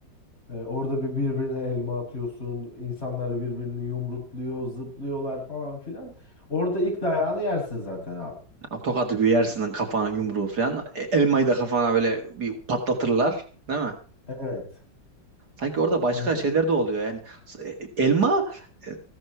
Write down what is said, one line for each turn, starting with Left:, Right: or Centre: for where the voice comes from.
Left: E, orada bir birbirine elma atıyorsun. insanlar birbirini yumrukluyor, zıplıyorlar falan filan. Orada ilk dayağını yersin zaten abi.
Right: Tokadı bir yersin kafana yumruğu falan. E, Elmayı da kafana böyle bir patlatırlar. Değil mi?
Left: Evet.
Right: Sanki orada başka
Left: evet.
Right: şeyler de oluyor yani. S- e, Elma e,